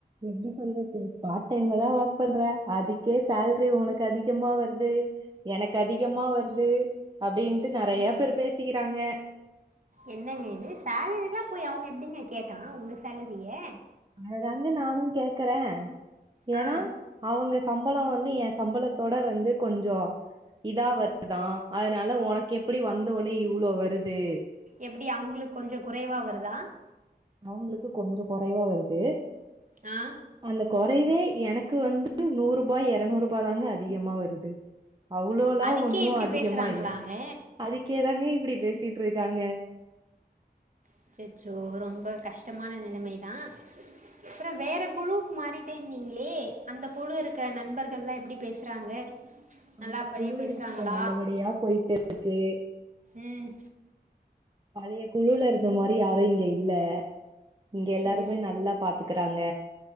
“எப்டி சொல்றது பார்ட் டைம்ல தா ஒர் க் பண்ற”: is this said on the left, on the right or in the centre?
Right